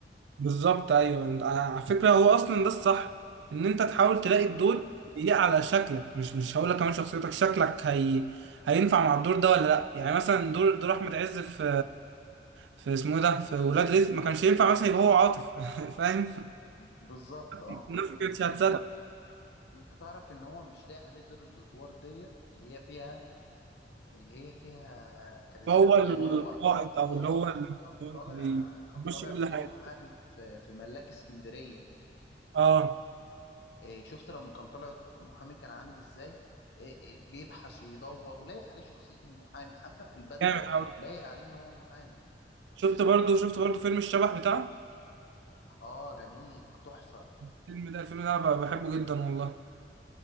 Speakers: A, on the right (about 80°); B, on the left (about 75°).
A: بالظبط ايوه انت على فكره هو اصلا ده الصح ان انت تحاول تلاقي
B: مم؟
A: الدور يليق على شكلك مش مش هقول لك كمان شخصيتك شكلك هي هينفع مع الدور ده ولا لا يعني مثلا دور دور احمد عز في في اسمه إيه ده في ولاد رزق ما كانش ينفع مثلا يبقى هو عاطف <laughs> فاهم
B: بالظبط اه
A: الناس ما كانتش
B: طب
A: هتصدق
B: انت تعرف ان هو مش لاقي عليه غير الادوار ديت اللي هي فيها اللي هي فيها كاريزماتيك
A: هو القائد
B: يعني هو
A: او
B: هو
A: اللي هو
B: كان
A: اللي
B: طالع كان
A: بيمشي
B: طالع
A: كل
B: بدور
A: حاجه
B: محامي في في ملاك اسكندرية
A: اه
B: اه، شفت لما كان طالع محامي كان عامل ازاي اه، اه، بيبحث ويدور ولاقي عليه شخصية المحامي حتى في البدلة
A: جامد قوي
B: لاقي عليه ان هو محامي
A: شفت برضو شفت برضو فيلم الشبح بتاعه
B: اه جميل تحفة
A: الفيلم ده الفيلم ده انا بحبه جدا والله